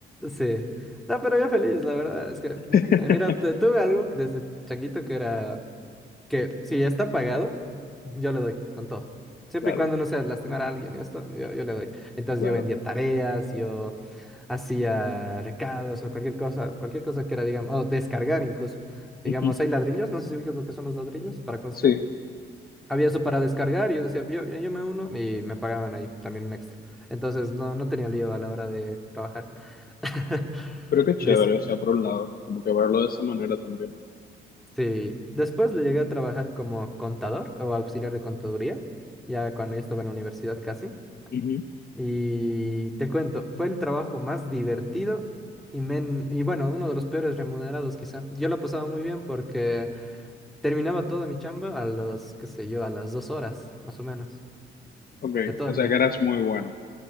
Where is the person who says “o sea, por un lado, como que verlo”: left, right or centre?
Left